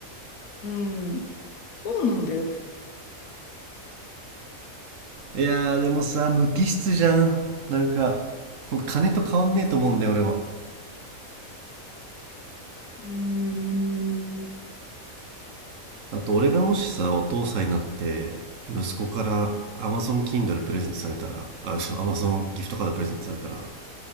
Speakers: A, on the left (about 75°); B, on the right (about 65°).
A: うん、そうなんだよね。
B: いやー、でもさ、無機質じゃん。なんか、ほんと金と変わんねえと思うんだよ、俺は。
A: うーん。
B: あと、俺がもしさ、お父さんになって、息子から Amazon Kindle プレゼントされたら、あ、嘘、Amazon ギフトカードプレゼントされたら、